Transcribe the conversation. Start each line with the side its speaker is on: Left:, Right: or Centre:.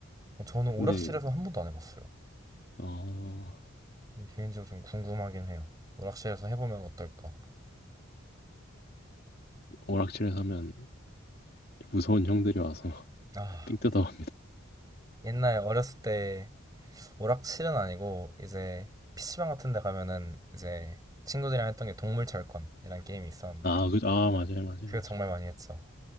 Right: 저는
Left: 근데,
Right: 오락실에서 한 번도 안 해봤어요.
Left: 어,
Right: 개인적으로 좀 궁금하긴 해요. 오락실에서 해보면 어떨까?
Left: 오락실에서 하면 무서운 형들이 와서
Right: 아,
Left: <laughs> 삥 뜯어.
Right: 옛날 어렸을 때 오락실은 아니고 이제 PC방 같은 데 가면은 이제 친구들이랑 했던 게 동물철권이란 게임이 있었는데
Left: 아, 그죠. 아, 맞아요, 맞아요,
Right: 그거
Left: 맞아요.
Right: 정말 많이 했죠.